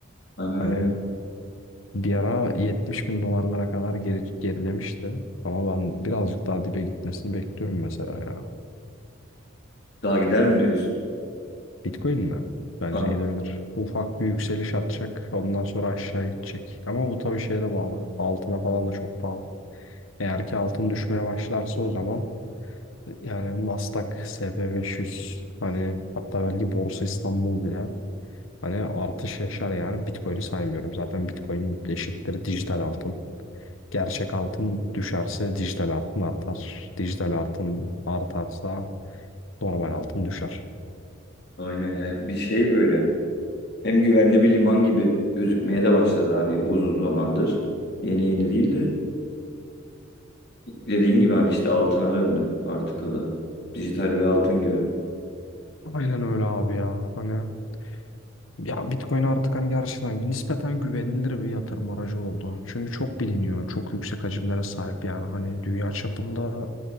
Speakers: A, on the left; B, on the left.
A: Aynen
B: Hani
A: öyle.
B: bir ara 70 bin dolarlara kadar geri, gerilemişti. Ama ben birazcık daha dibe gitmesini bekliyorum mesela ya.
A: Daha gider mi diyorsun?
B: Bitcoin mi? Bence
A: Ah,
B: gidebilir. Ufak bir yükseliş atacak. Ondan sonra aşağı gidecek. Ama bu tabii şeye de bağlı. Altına falan da çok bağlı. Eğer ki altın düşmeye başlarsa o zaman Yani Nasdaq, SP500 hani hatta belki Borsa İstanbul bile hani artış yaşar yani Bitcoin'i saymıyorum. Zaten Bitcoin eşittir dijital altın. Gerçek altın düşerse dijital altın artar. Dijital altın artarsa normal altın düşer.
A: Aynen. Yani bir şey böyle. Hem güvenli bir liman gibi gözükmeye de başladı hani uzun zamandır. Yeni yeni değil de dediğin gibi hani işte altına döndü artık o da. Dijital bir altın gibi.
B: Aynen öyle abi ya. Hani ya Bitcoin artık hani gerçekten nispeten güvenilir bir yatırım aracı oldu. Çünkü çok biliniyor. Çok yüksek hacimlere sahip yani. Hani dünya çapında